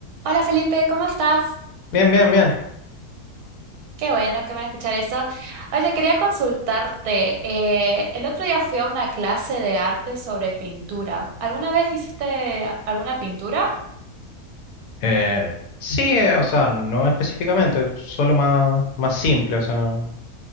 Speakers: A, on the right; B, on the left.
A: Hola Felipe, ¿cómo estás?
B: Bien, bien, bien.
A: Qué bueno, qué bueno escuchar eso. Oye, quería consultarte. eh, el otro día fui a una clase de arte sobre pintura. ¿Alguna vez hiciste a- alguna pintura?
B: Eh, sí, eh, o sea, no específicamente, solo más, más simple, o sea,